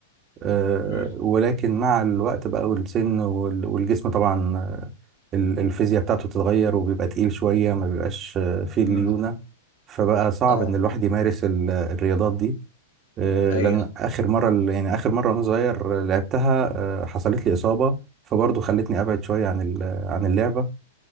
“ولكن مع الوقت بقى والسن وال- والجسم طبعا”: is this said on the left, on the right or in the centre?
Right